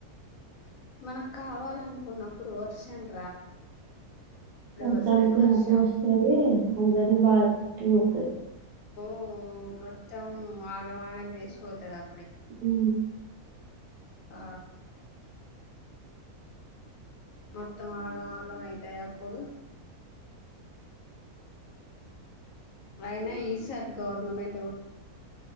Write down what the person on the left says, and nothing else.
మనకు కావాలనుకున్నప్పుడు వర్షానిక్
వస్తది
వర్షం
ఓ మొత్తం ఆగమాగం చేసిపోతుది అ
ఆ మొత్తం ఆగం ఆగం అ ఎప్పుడు అయినా ఈ సారీ గవర్నమెం